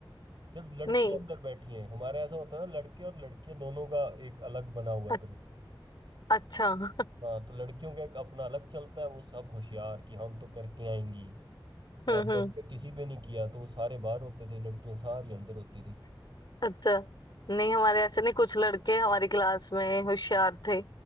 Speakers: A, on the right (about 65°); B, on the left (about 60°).
A: सिर्फ लड़कियां
B: नहीं
A: अंदर बैठी हैं हमारे ऐसा होता है ना लड़के और लड़कियां दोनों का एक अलग बना हुआ
B: अ-
A: ग्रुप
B: अच्छा <laughs>
A: हाँ तो लड़कियों का एक अपना अलग चलता है वो सब होशियार कि हम तो करके आएंगी
B: हम्म
A: और
B: हम्म
A: लड़के किसी भी नहीं किया तो वो सारे बाहर होते थे लड़कियां सारी अंदर होती थी
B: अच्छा नहीं हमारे ऐसे नहीं कुछ लड़के हमारी क्लास में होशियार थे